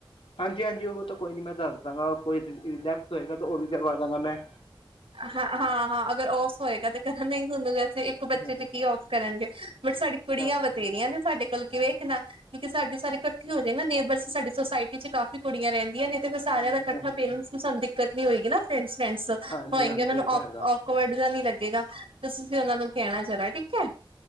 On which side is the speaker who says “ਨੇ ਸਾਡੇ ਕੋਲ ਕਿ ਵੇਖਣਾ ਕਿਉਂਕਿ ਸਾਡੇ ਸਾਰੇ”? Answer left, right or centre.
Right